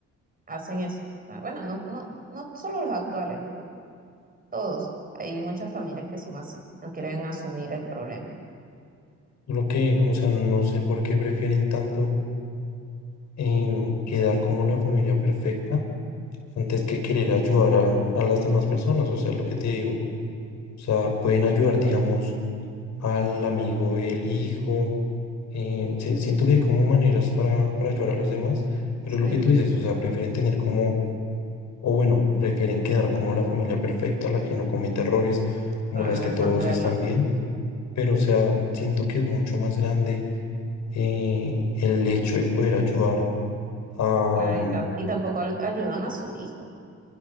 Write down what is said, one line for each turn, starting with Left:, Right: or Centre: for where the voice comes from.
Right: hacen eso. O sea, Bueno, no, no, no solo los actuales, los- todos. Hay muchas familias que son así, no quieren asumir el problema.
Left: Lo que, o sea, no sé por qué prefieren tanto em, quedar como la familia perfecta antes que querer ayudar a, a las demás personas. O sea, lo que te digo. O sea, pueden ayudar, digamos, al amigo del hijo Eh, sí, siento que hay como maneras para, para ayudar a los demás, pero
Right: Sí,
Left: lo que tú dices, o sea, prefieren tener como, o bueno, prefieren quedar como la familia perfecta, la que no comete errores, como
Right: claro,
Left: las que
Right: esconderlo.
Left: todos están bien, pero o sea, siento que es mucho más grande eh, el hecho de poder ayudar a...
Right: Claro,
Left: mm,
Right: y, tam- y tampoco al- ayudan a su hijo.